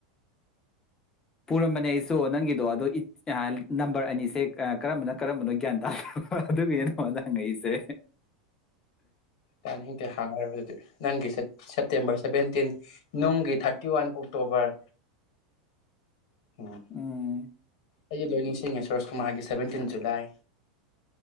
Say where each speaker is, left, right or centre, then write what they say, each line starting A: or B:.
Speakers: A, on the left; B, on the left.
A: ꯄꯨꯔꯝꯕꯅꯦ ꯑꯩꯁꯨ ꯅꯪꯒꯤꯗꯣ ꯑꯗꯣ ꯅꯝꯕꯔ ꯑꯅꯤꯁꯦ ꯀꯔꯝꯕꯅꯣ ꯀꯔꯝꯕꯅꯣ ꯒ꯭ꯌꯥꯟ ꯇꯥ ꯑꯗꯨꯒꯤꯅꯉꯣ ꯅꯪꯉꯛꯏꯁꯦ
B: ꯇꯥꯅꯤꯡꯇꯦ ꯍꯥꯡꯅꯔ ꯑꯗꯨꯗꯤ ꯅꯪꯒꯤ ꯁꯦꯞꯇꯦꯝꯕꯔ ꯁꯦꯚꯦꯟꯇꯤꯟ ꯅꯨꯡꯒꯤ ꯊꯥꯔꯇꯤ ꯋꯥꯟ ꯑꯣꯛꯇꯣꯕꯔ ꯑꯣꯝ
A: ꯎꯝ
B: ꯑꯩ ꯂꯣꯏ ꯅꯤꯡꯁꯤꯡꯉꯦ ꯁꯨꯔꯣꯁꯀꯨꯃꯥꯔꯒꯤ ꯁꯚꯦꯟꯇꯤꯟ ꯖꯨꯂꯥꯏ